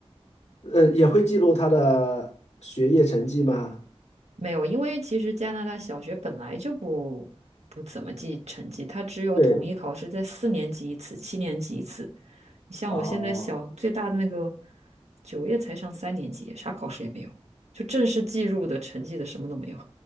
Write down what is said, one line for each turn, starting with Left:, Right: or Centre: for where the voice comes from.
Left: 呃，也会记录他的学业成绩吗？
Right: <laughs> 没有，因为其实加拿大小学本来就不不怎么记成绩，它只有统一考试在四年级一次，
Left: 对，
Right: 七年级一次。你像我现在小最大的那个，
Left: 哦
Right: 九月才上三年级，啥考试也没有，就正式计入的成绩的什么都没有。